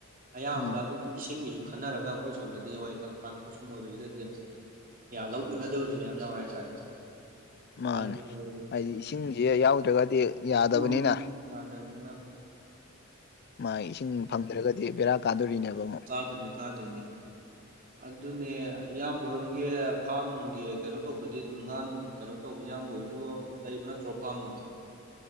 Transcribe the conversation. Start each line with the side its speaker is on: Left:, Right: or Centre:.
Right: ꯑꯌꯥꯝꯕ
Left: ꯎꯝ
Right: ꯑꯗꯨꯒꯤ ꯏꯁꯤꯡꯒꯤꯁꯨ ꯈꯟꯅꯔꯒ ꯑꯩꯈꯣꯏ ꯁꯣꯝꯗꯗꯤ ꯍꯣꯏ ꯀꯪꯐꯥꯟ ꯑꯩꯈꯣꯏ ꯁꯣꯝ ꯑꯣꯏꯕꯁꯤꯗꯗꯤ ꯂꯧ ꯎꯅꯗꯕꯁꯨ ꯃꯌꯥꯝ ꯌꯥꯎꯔꯦ ꯍꯥꯏꯇꯥꯔꯦ
Left: ꯃꯥꯅꯦ
Right: ꯑꯗꯨ
Left: ꯍꯥꯏꯗꯤ ꯏꯁꯤꯡꯁꯦ ꯌꯥꯎꯗ꯭ꯔꯒꯗꯤ ꯌꯥꯗꯕꯅꯤꯅ
Right: ꯃꯣꯏ ꯂ ꯆꯕꯅꯤꯅ
Left: ꯃꯥ ꯏꯁꯤꯡ ꯐꯪꯗ꯭ꯔꯒꯗꯤ ꯕꯦꯔꯥ ꯀꯥꯗꯣꯔꯤꯅꯦꯕ ꯑꯃ
Right: ꯀꯥ ꯊꯅꯦ ꯀꯥꯗꯣꯏꯅꯦ ꯑꯗꯨꯅꯦ ꯏꯌꯥꯝꯕꯣꯔꯣꯝꯒꯤ ꯐꯥꯝ ꯅꯨꯡꯒꯤ ꯀꯩꯅꯣ ꯇꯧꯕꯗꯤ ꯑꯗꯨꯝ ꯉꯥ ꯅꯨꯡ ꯀꯩꯅꯣ ꯇꯧꯕ ꯏꯌꯥꯝꯕ ꯑꯣꯏꯁꯨ ꯂꯩꯕ ꯅꯠꯇ꯭ꯔꯣ ꯐꯥꯝꯅꯣ